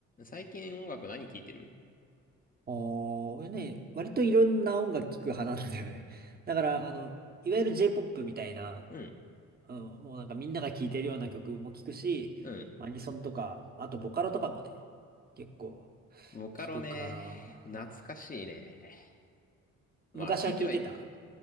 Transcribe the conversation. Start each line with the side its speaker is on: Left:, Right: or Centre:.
Left: 最近音楽何聴いてる
Right: おー、ね、割といろんな音楽聴く派なんだよね。<laughs> だから、あの、いわゆる J-POP みたいな、
Left: うん、
Right: うん、もうなんかみんなが聴いてるような曲も聴くし、
Left: うん。
Right: アニソンとか、あとボカロとかもね、結構
Left: ボカロね。
Right: 聴くかな。
Left: 懐かしいね。
Right: そう
Left: まあ、
Right: 昔は聴いてた
Left: 聴いてはい、<laughs> い